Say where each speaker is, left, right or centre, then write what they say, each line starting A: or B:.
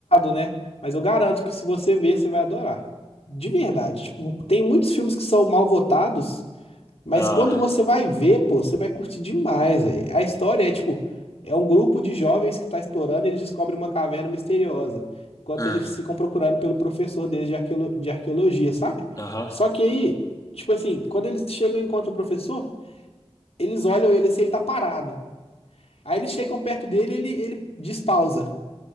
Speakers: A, on the left (about 75°); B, on the left (about 35°).
A: né? Mas eu garanto que se você ver, você vai adorar. De verdade. Tipo, tem muitos filmes que são mal votados, mas
B: Ah,
A: quando você vai ver, pô, você vai curtir demais, velho. A história é tipo, é um grupo de jovens que tá explorando e eles descobrem uma caverna misteriosa. Enquanto
B: hum,
A: eles ficam procurando pelo professor deles de arqueolo- de arqueologia, sabe?
B: aham.
A: Só que aí, tipo assim, quando eles chegam e encontram o professor, eles olham ele se ele tá parado. Aí eles chegam perto dele, e ele, ele despausa.